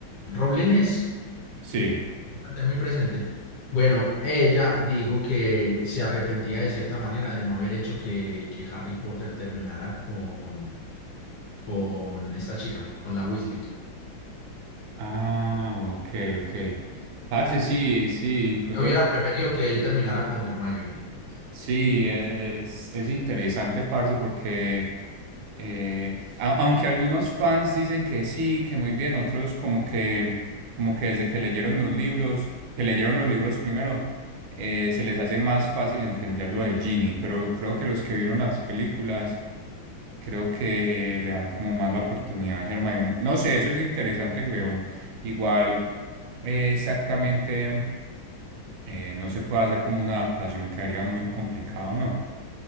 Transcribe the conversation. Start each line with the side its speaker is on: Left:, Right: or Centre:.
Left: Roblenes,
Right: Sí.
Left: voy a tener muy presente, bueno, ella dijo que se arrepentía de cierta manera de no haber hecho que, que Harry Potter terminara con, con esta chica, con la Weasley.
Right: Ah, ok, ok. Parce, sí, sí, incluso...
Left: Yo hubiera preferido que él terminara con Hermione.
Right: Sí, es, es interesante, parce, porque eh, a- aunque algunos fans dicen que sí, que muy bien, otros como que, como que desde que leyeron los libros, que leyeron los libros primero, eh, se les hace más fácil entender lo de Ginny, pero creo que los que vieron las películas, creo que le dan como más la oportunidad a Hermione. No sé, eso es interesante, weón. Igual, eh, exactamente, eh, no se puede hacer como una adaptación que haría muy complicado, ¿no?